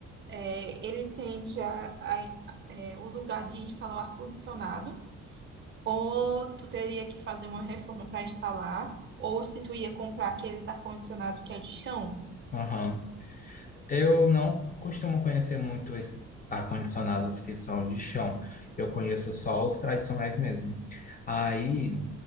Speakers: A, on the right; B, on the left.
A: é, ele tem já a- é, o lugar de instalar o ar-condicionado. Ou tu teria que fazer uma reforma para instalar, ou se tu ia comprar aqueles ar-condicionado que é de chão.
B: Aham. Eu não costumo conhecer muito esses ar-condicionados que são de chão. Eu conheço só os tradicionais mesmo. Aí